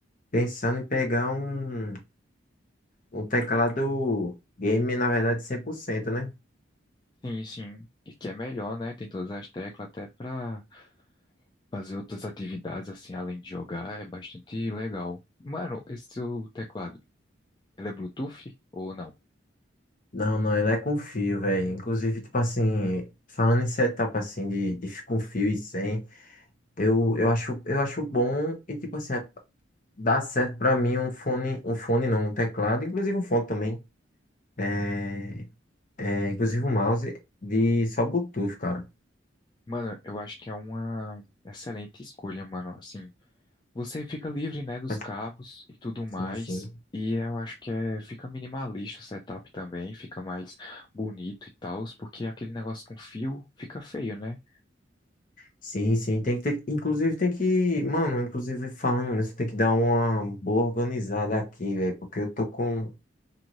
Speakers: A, on the left; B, on the left.
A: pensando em pegar um, um teclado game, na verdade, 100%, né?
B: Sim, sim. E que é melhor, né? Tem todas as teclas até pra fazer outras atividades assim, além de jogar, é bastante legal. Mano, esse seu teclado, ele é Bluetooth ou não?
A: Não, não, ele é com fio, velho. Inclusive, tipo assim, falando em setup assim de, de com fio e sem, eu, eu acho, eu acho bom e tipo assim, dá certo pra mim um fone, um fone não, um teclado, inclusive um fone também. É, é, inclusive um mouse de só Bluetooth, cara.
B: Mano, eu acho que é uma excelente escolha, mano. Assim, você fica livre, né, dos
A: Mas,
B: cabos e tudo mais.
A: Sim, sim.
B: E eu acho que é, fica minimalista o setup também, fica mais bonito e tal, porque aquele negócio com fio fica feio, né?
A: Sim, sim, tem que ter, inclusive tem que, mano, inclusive falando nisso, tem que dar uma boa organizada aqui, velho, porque eu tô com